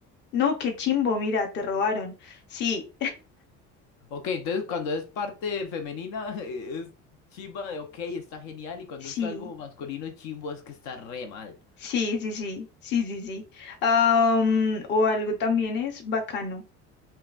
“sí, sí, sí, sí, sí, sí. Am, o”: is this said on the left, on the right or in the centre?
Left